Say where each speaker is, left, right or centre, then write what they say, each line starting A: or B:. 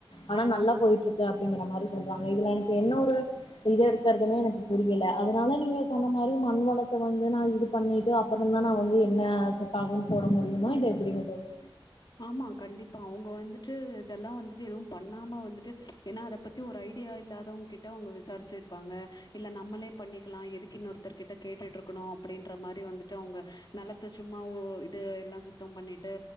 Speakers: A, on the left; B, on the left.
A: ஆனா நல்லா போயிட்டு இருக்கு அப்டிங்கிற மாரி சொல்றாங்க இதுல எனக்கு என்ன ஒரு இத எடுக்கறதுனே எனக்கு புரியல அதனால நீங்க சொன்ன மாரி மண் வளத்த வந்து நா எடுத் து பண்ணிட்டு அப்பற தா நா வந்து என்ன செட் ஆகுன் போட முடியுமா இல்ல எப்டிங்க தோழி
B: ஆமா கண்டிப்பா அவுங்க வந்துட்டு இதெல்லா வந்துட்டு எதுவு பண்ணாம வந்துட்டு ஏன்னா அத பத்தி ஒரு ஐடியா இல்லாதவங் கிட்ட அவுங்க விசாரிச்சிருப்பாங்க இல்ல நம்மளே பண்ணிக்லா எதுக்கு இன்னொருத்தர் கிட்ட கேட்டுட்டு இருக்கணு அப்டின்ற மாரி வந்துட்டு அவுங்க நிலத்த சும்மா ஊ இது எல்லா சுத்தம் பண்ணிட்டு